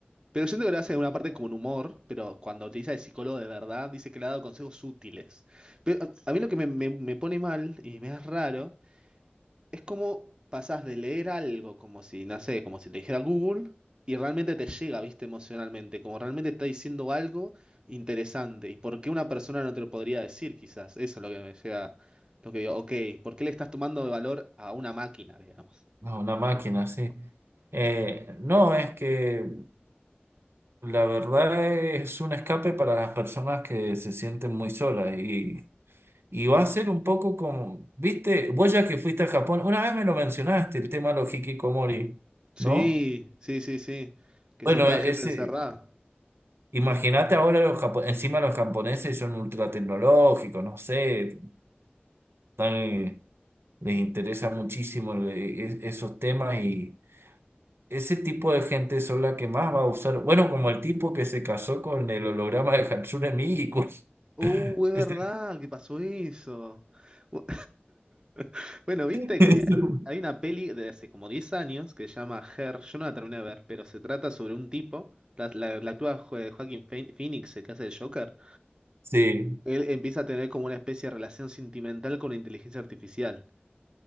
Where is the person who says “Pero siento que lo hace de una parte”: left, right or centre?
Right